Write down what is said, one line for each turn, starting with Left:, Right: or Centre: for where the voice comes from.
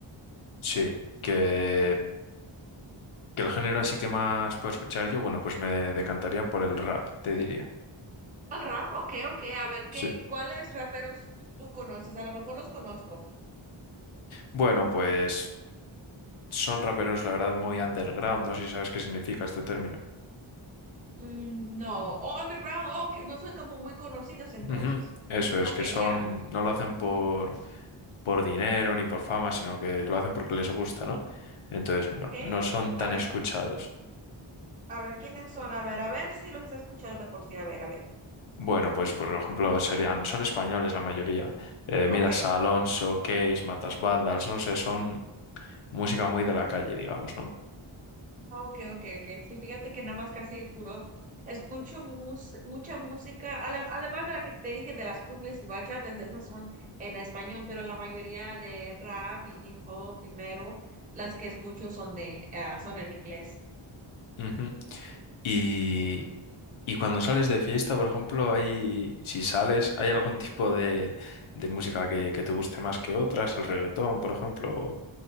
Left: sí. Que, que el género así que más puedo escuchar yo, bueno, pues me decantaría por el rap, te diría.
Right: El rap, ok, ok. A ver, ¿qué,
Left: Sí.
Right: cuáles raperos tú conoces? A lo mejor los conozco.
Left: Bueno, pues son raperos, la verdad, muy underground. No sé si sabes qué significa este término.
Right: Mm, No, oh, underground, oh, que no soy como muy conocidos entonces.
Left: Ujú. Eso es,
Right: Ok,
Left: que son,
Right: ya,
Left: no lo hacen por, por dinero ni por fama, sino que lo hacen porque les gusta, ¿no? Entonces, no,
Right: ok.
Left: no son tan
Right: A ver,
Left: escuchados.
Right: A ver, ¿quiénes son? A ver, a ver si los he escuchado de por sí. A ver, a ver.
Left: Bueno, pues por ejemplo, serían, son españoles la mayoría. Eh, Midas
Right: Ok.
Left: Alonso, Case, Matas Vandals, no sé, son música muy de la calle, digamos, ¿no?
Right: Ah, ok, ok, ok. Sí, fíjate que nada más casi de puro. Escucho mus- mucha música, ale- además de la que te dije de las cumbias y bachatas, esas son en español, pero la mayoría de rap y hip hop primero, las que escucho son de, ah, son en inglés.
Left: Ujú. Y, y cuando sales de fiesta, por ejemplo, hay, si sales, ¿hay algún tipo de, de música que, que te guste más que otras? El reggaetón, por ejemplo.